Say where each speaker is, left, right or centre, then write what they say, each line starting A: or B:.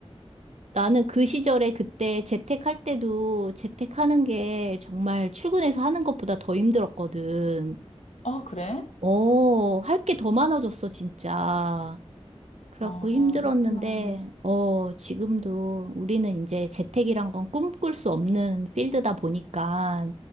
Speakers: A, on the right; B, on the left.
A: 나는 그 시절에 그때 재택할 때도 재택하는 게 정말 출근해서 하는 것보다 더 힘들었거든.
B: 어, 그래?
A: 어, 할 게 더 많아졌어, 진짜. 그래갖고
B: 어,
A: 힘들었는데,
B: 그렇구나.
A: 어, 지금도 우리는 이제 재택이란 건 꿈꿀 수 없는 필드다 보니까